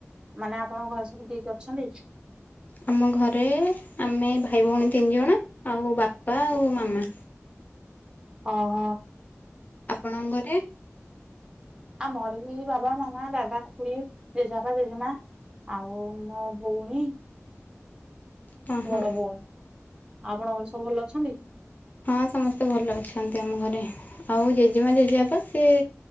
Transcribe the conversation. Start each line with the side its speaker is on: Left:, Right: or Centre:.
Right: ମାନେ ଆପଣଙ୍କ ଘର ସବୁ କିଏ କିଏ ଅଛନ୍ତି?
Left: ଆମ ଘରେ ଆମେ ଭାଇ ଭଉଣୀ ତିନି ଜଣ ଆଉ ବାପା ଆଉ ମାମା।
Right: ଅ ହୋ।
Left: ଆପଣଙ୍କ ଘରେ?
Right: ଆମ ଘରେ ବି ବାବା, ମାମା, ଦାଦା, ଖୁଡ଼ି, ଜେଜେବାପା ଜେଜେମା। ଆଉ ମୋ ଭଉଣୀ।
Left: ହଁ ହଁ
Right: ବଡ ଭଉଣୀ, ଆଉ ଆପଣଙ୍କର ସବୁ ଭଲ ଅଛନ୍ତି?
Left: ହଁ ସମସ୍ତେ ଭଲ ଅଛନ୍ତି ଆମ ଘରେ। ଆଉ ଜେଜେମା ଜେଜେବାପା ସିଏ